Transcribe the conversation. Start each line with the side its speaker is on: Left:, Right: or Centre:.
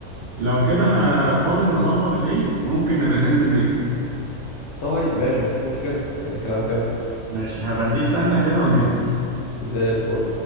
Right: لو كده أنا فاضي النهاردة بالليل ممكن نبقى ننزل نجري
Left: طيب ماشي مفيش مشكلة يعني كلام حلو
Right: ماشي هبقى اديك رنة كده وننزل
Left: زي الفل